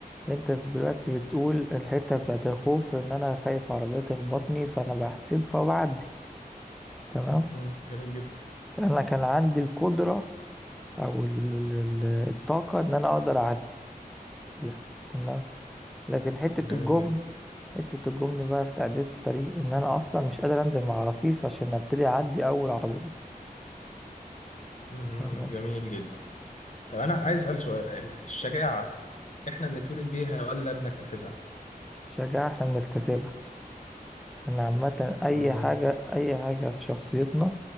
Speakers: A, in the centre; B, on the left.
A: انت في دلوقتي بتقول الحتة بتاعت الخوف ان انا خايف عربية تخبطني فانا بحسب فبعدي تمام
B: مم. جميل جدا
A: انا كان عندي القدرة او ال- ال- ال- الطاقة ان انا اقدر اعدي لا تمام لكن حتة
B: جميل
A: الجبن
B: جدا
A: حتة الجبن بقى في تعدية الطريق ان انا اصلا مش قادر انزل مع رصيف عشان ابتدي اعدي اول عربية
B: مهم.
A: فاهمة؟
B: جميل جدا طب انا عايز اسال سؤال الشجاعه احنا بنتولد بيها ولا بنكتسبها؟
A: شجاعة احنا بنكتسبها ان عامة اي
B: مم.
A: حاجة اي حاجة في شخصيتنا